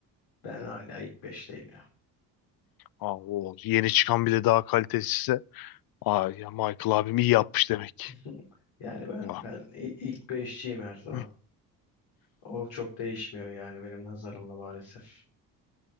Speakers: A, on the left; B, on the left.
A: Ben hala ilk beşteyim ya.
B: Aa, o yeni çıkan bile daha kalitesizse. Aa ya Michael abim iyi yapmış demek.
A: <laughs> Yani ben
B: Aa.
A: ben i- ilk 5'çiyim her zaman.
B: Hı.
A: O çok değişmiyor yani benim nazarımda maalesef.